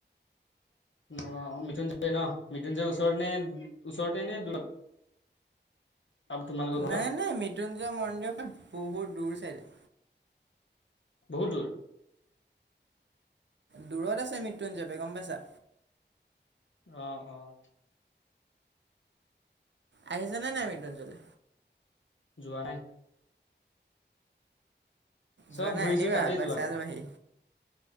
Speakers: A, on the left (about 90°); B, on the right (about 70°).
A: নগাঁও, মৃত্যুঞ্জয় ন মৃত্যুঞ্জয় ওচৰত নে? ওচৰতে নে দূৰত? তোমালোকৰ ঘৰৰ পৰা
B: নাই নাই মৃত্যুঞ্জয় মন্দিৰখন বহুত দূৰ চাইদে।
A: বহুত দূৰ?
B: দূৰত আছে মৃত্যুঞ্জ গম পাইছা।
A: অহ অহ'
B: আহিছা নে নাই মৃত্যুঞ্জয়লে?
A: যোৱা নাই। চব
B: যোৱা নাই,
A: ঘূৰিছো
B: আহিবা
A: তাতে
B: এবাক
A: যোৱা
B: চাই যাবাহি।